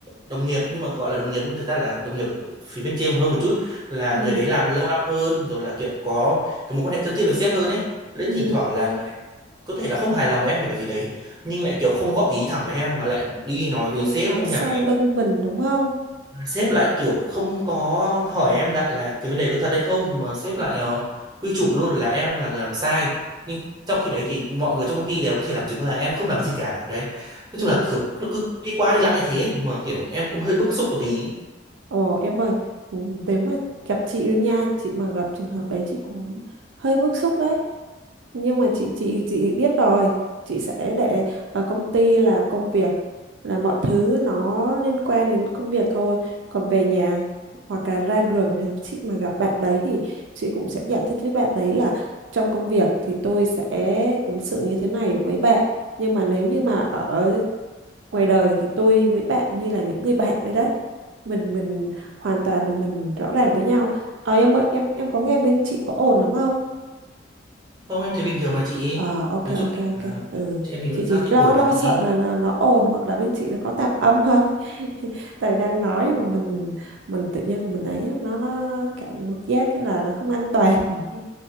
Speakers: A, on the right (about 20°); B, on the right (about 70°).
A: đồng nghiệp nhưng mà gọi là đồng nghiệp nhưng mà thực ra là đồng nghiệp phía bên trên hơn một chút là
B: ừ.
A: người đấy làm lâu năm hơn rồi là kiểu có cái mối quan hệ thân thiết với sếp hơn ấy lấy
B: ừ.
A: thỉnh thoảng là người đấy có thể là không hài lòng với em điều gì đấy nhưng lại kiểu không góp ý thẳng với em mà lại đi nói với
B: đi
A: sếp
B: nói
A: hay
B: sau
A: nhà
B: lưng mình đúng không
A: sếp lại kiểu không có hỏi em lại là cái vấn đề có thật hay không mà sếp lại ờ, quy chụp luôn là em là người làm sai nhưng trong khi đấy thì mọi người trong công ty đều có thể làm chứng là em không làm gì cả đấy nói
B: Ừ.
A: chung là kiểu nó cứ đi qua đi lại như thế mà kiểu em cũng hơi bức xúc một tí
B: Ồ em ơi, ừ, nếu mà gặp chị ấy nha, chị mà gặp trường hợp đấy chị cũng hơi bức xúc đấy. Nhưng mà chị chị chị biết rồi, chị sẽ để ở công ty là công việc là mọi thứ nó liên quan đến công việc thôi. Còn về nhà hoặc là ra đường nếu chị mà gặp bạn đấy thì chị cũng sẽ giải thích với bạn đấy là trong công việc thì tôi sẽ ứng xử như thế này với bạn. Nhưng mà nếu như mà ở ngoài đời thì tôi với bạn như là những người bạn đấy đấy mình mình hoàn toàn là mình, mình rõ ràng với nhau Ờ em ơi em em có nghe bên chị có ồn lắm không
A: không em thấy bình thường mà chị
B: ờ ok
A: nói
B: ok
A: chung
B: ok
A: là
B: ừ
A: chị em mình
B: chị
A: vẫn
B: chỉ
A: giao tiếp
B: lo
A: ổn
B: lo
A: mà chị
B: sợ là nó, nó ồn hoặc là bên chị nó có tạp âm thôi <laughs> tại đang nói mà mình mình tự nhiên mình ấy nó nó cảm giác như là nó không an toàn ừ <laughs>